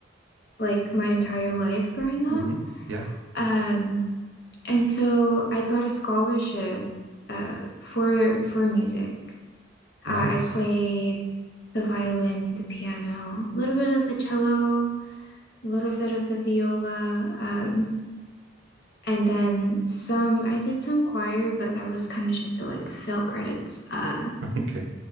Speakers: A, on the left; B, on the right.
A: like my entire life growing up.
B: hmm Yeah,
A: Um, and so I got a scholarship uh, for for music. Uh,
B: nice.
A: I played the violin, the piano, a little bit of the cello, a little bit of the viola, um, and then some. I did some choir, but that was kind of just to like fill credits. Uh,
B: <laughs> Okay.